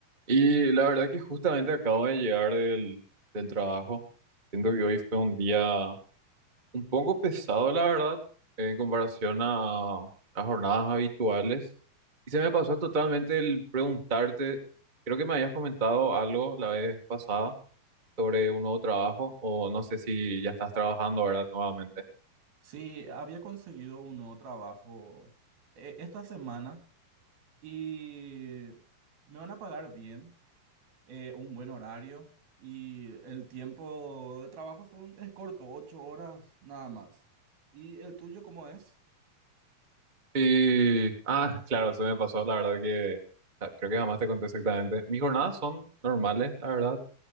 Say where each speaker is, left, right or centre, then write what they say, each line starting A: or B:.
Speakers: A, on the right; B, on the right.
A: Y la verdad que justamente acabo de llegar del, del trabajo. Siento que hoy fue un día un poco pesado, la verdad, en comparación a las jornadas habituales. Y se me pasó totalmente el preguntarte, creo que me habías comentado algo la vez pasada sobre un nuevo trabajo, o no sé si ya estás trabajando ahora nuevamente.
B: Sí, había conseguido un nuevo trabajo eh, esta semana y me van a pagar bien, eh, un buen horario y el tiempo de trabajo son, es corto, ocho horas nada más. ¿Y el tuyo cómo es?
A: Y, ah, claro, se me pasó, la verdad que ah, creo que jamás te conté exactamente. Mis jornadas son normales, la verdad.